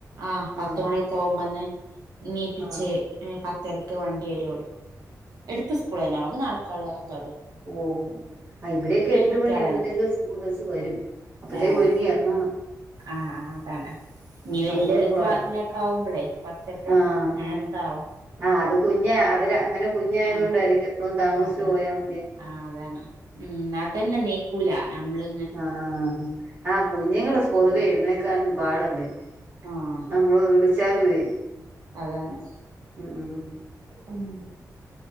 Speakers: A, on the right; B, on the right.
A: ആഹ് പത്തുമണിയൊക്ക
B: ആ
A: ആവുമ്പന്നെ ഇണീപ്പിച്ച്
B: ആ
A: പത്തരക്ക് വണ്ടി വരൊള്ള് എടുത്ത സ്കൂളന്നെ നമുക്ക് നടക്കാള്ള ഇതൊള്ള്
B: ഓഹ് അഹ് ഇവിടെയൊക്കെ എട്ട്
A: കുട്ടികളല്ലേ
B: മണിയാമ്പത്തേക്ക് സ്കൂൾ ബസ് വരും അപ്പത്തേക്ക്
A: ഏഹ്
B: ഒരുങ്ങി എറങ്ങണം
A: ആഹ് ആഹ് അതാണ് ഇനി വല്ല്യ
B: അതുകൊണ്ട് പാടാ
A: ക്ലാസ്സിലൊക്കെ ആവുമ്പളേ കൊറച്ചൊക്കെ
B: ആഹ്
A: നേരത്താവും
B: ആഹ് ആഹ് അത് കുഞ്ഞ് അവര് അങ്ങനെ കുഞ്ഞായത്
A: ആഹ്
B: കൊണ്ടായിരിക്കും ഇപ്പം താമസിച്ചു
A: ആഹ് ആഹ്
B: പോയാമ
A: ആഹ് അതാണ് ഉം എന്നാതന്നെ എണീക്കൂല നമ്മള്
B: ആഹ് അഹ് കുഞ്ഞുങ്ങള് പൊതുവേ
A: ഉം
B: എഴുന്നേക്കാൻ പാടല്ലെ
A: ആഹ്
B: നമ്മള് വിളിച്ചാലുവേ
A: അതാണ്
B: ഉം ഉം
A: ഉം